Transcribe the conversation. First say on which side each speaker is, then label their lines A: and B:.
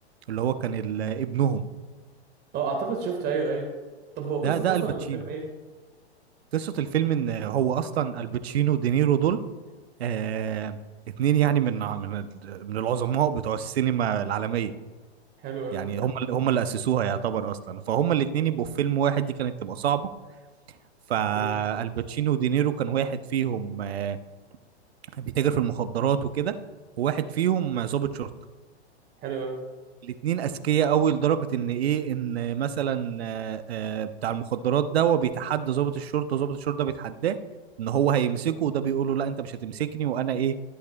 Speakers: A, on the right; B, on the right.
A: اللي هو كان ال... ابنهم
B: اه اعتقد شفته ايوه ايوه. طب هو قصه
A: ده ده
B: اصلا
A: الباتشينو
B: الفيلم ايه؟
A: قصة الفيلم إن هو أصلا الباتشينو ودينيرو دول آه اتنين يعني من من من العظماء بتوع السينما العالمية
B: حلو قوي
A: يعني هم اللي- هم اللي أسسوها يعتبر أصلا فهم الاتنين يبقوا في فيلم واحد دي كانت تبقى صعبة فالباتشينو
B: جامد
A: ودينيرو كان واحد فيهم آه بيتاجر في المخدرات وكده وواحد فيهم ضابط شرطة
B: حلو قوي
A: الاتنين اذكياء قوي لدرجه ان ايه ان مثلا آه، آه، بتاع المخدرات ده هو بيتحدى ضابط الشرطه وضابط الشرطه ده بيتحداه ان هو هيمسكه وده بيقول له لا انت مش هتمسكني وانا ايه